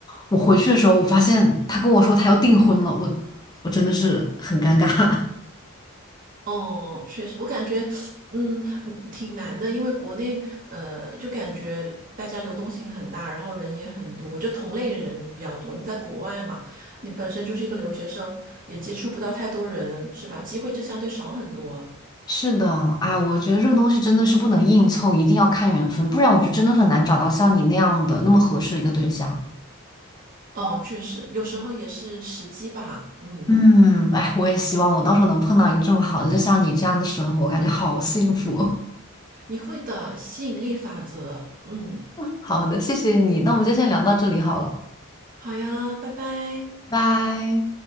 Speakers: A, on the left; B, on the right.
A: 我回去的时候，我发现他跟我说他要订婚了，我我真的是很尴尬。<laughs>
B: 哦，确实，我感觉，嗯，挺难的，因为国内，呃，就感觉大家流动性很大，然后人也很多，就同类人比较多。你在国外嘛，你本身就是一个留学生，也接触不到太多人，是吧？机会就相对少很多。
A: 是的，哎，我觉得这个东西真的是不能硬凑，一定要看缘分，不然我就真的很难找到像你那样的那么合适的一个对象。
B: 哦，确实，有时候也是时机吧。嗯，
A: 嗯，哎，我也希望我到时候能碰到一个这么好的，就像你这样的生活，感觉好幸福。
B: 你会的，吸引力法则。嗯，
A: 好的，谢谢你，那我们就先聊到这里好了，
B: 好呀，拜拜。
A: 拜。